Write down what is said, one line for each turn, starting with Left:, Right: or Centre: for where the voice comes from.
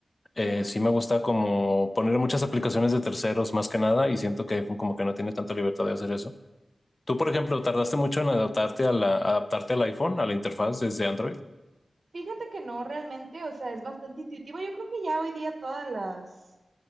Left: eh,
Right: Sí.
Left: sí me gusta como poner muchas aplicaciones de terceros más que nada y siento que iPhone como que no tiene tanta libertad de hacer eso. Tú, por ejemplo, tardaste mucho en adaptarte a la, adaptarte al iPhone, a la interfaz desde Android.
Right: Fíjate que no realmente, o sea, es bastante intuitivo Yo creo que ya hoy día todas las